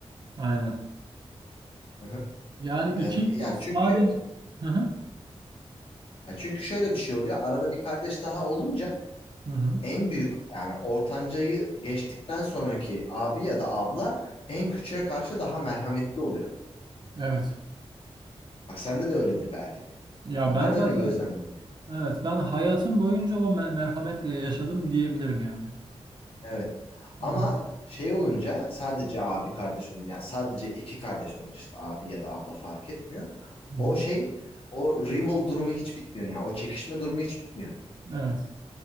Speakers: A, on the right (about 40°); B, on the left (about 60°).
A: aynen.
B: Hı hı.
A: Yani
B: Em,
A: iki
B: Yani çünkü
A: sadece hı hı.
B: ya çünkü şöyle bir şey oluyor. Arada bir kardeş daha olunca
A: Hı hı.
B: En büyük yani ortancayı geçtikten sonraki abi ya da abla en küçüğe karşı daha merhametli oluyor.
A: Evet.
B: Bak sende de öyledir belki de.
A: Ya
B: Ha,
A: ben
B: Ben
A: zaten
B: öyle gözlemledim.
A: evet ben hayatım boyunca o me- merhametle yaşadım diyebilirim yani.
B: Evet. Ama
A: Hı hı.
B: şey olunca sadece abi kardeş olunca yani sadece iki kardeş olunca işte abi ya da abla fark etmiyor.
A: Hı
B: O
A: hı.
B: şey o rival durumu hiç bitmiyor yani o çekişme durumu hiç bitmiyor.
A: Evet.